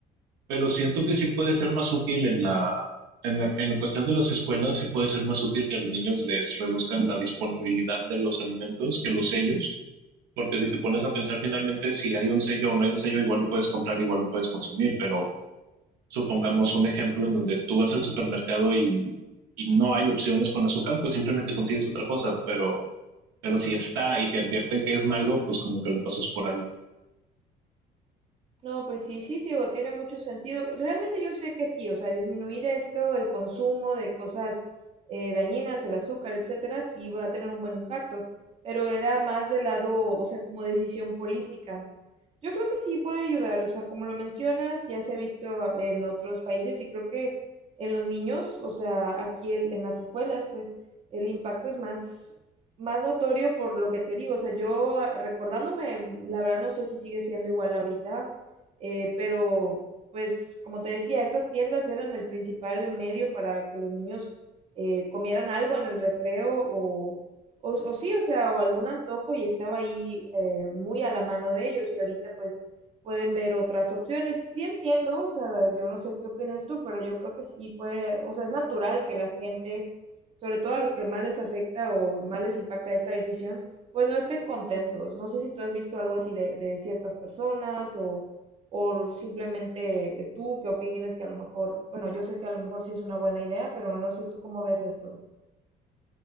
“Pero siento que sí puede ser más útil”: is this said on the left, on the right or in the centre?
Right